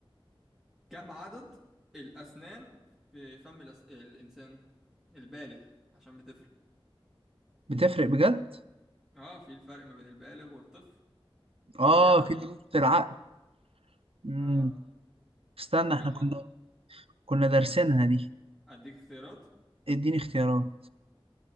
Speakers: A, in the centre; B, on the right.
A: كم عدد الاسنان في فم الأس... الانسان البالغ عشان بتفرق
B: بتفرق بجد
A: اه في الفرق ما بين البالغ والطفل
B: اه
A: في عدد
B: في
A: في
B: دروس في العقل مم.
A: اه
B: استنى احنا
A: كم
B: كنا كنا دارسينها دي
A: اديك اختيارات
B: اديني اختيارات